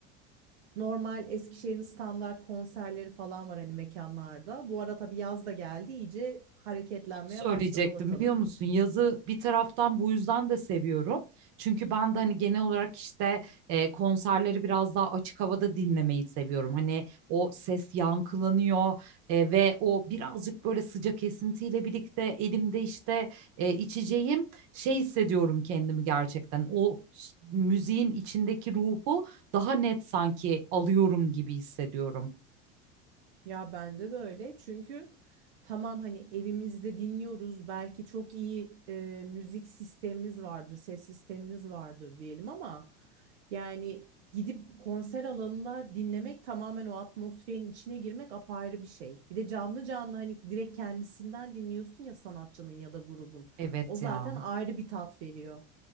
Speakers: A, on the right (about 80°); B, on the right (about 60°).
A: Normal Eskişehir'in standart konserleri falan var hani mekanlarda. Bu ara tabii yaz da geldi, iyice hareketlenmeye
B: söyleyecektim
A: başladı ortalık.
B: biliyor musun? Yazı bir taraftan bu yüzden de seviyorum. Çünkü ben de hani genel olarak işte e, konserleri biraz daha açık havada dinlemeyi seviyorum. Hani o ses yankılanıyor e, ve o birazcık böyle sıcak esintiyle birlikte elimde işte e, içeceğim şey hissediyorum kendimi gerçekten. O ş- müziğin içindeki ruhu daha net sanki alıyorum gibi hissediyorum.
A: Ya bence de öyle. Çünkü tamam hani evimizde dinliyoruz. Belki çok iyi e, müzik sistemimiz vardır, ses sistemimiz vardır diyelim ama yani gidip konser alanında dinlemek tamamen o atmosferin içine girmek apayrı bir şey. Bir de canlı canlı hani direkt kendisinden dinliyorsun ya sanatçının ya da grubun.
B: Evet
A: O zaten
B: ya.
A: ayrı bir tat veriyor.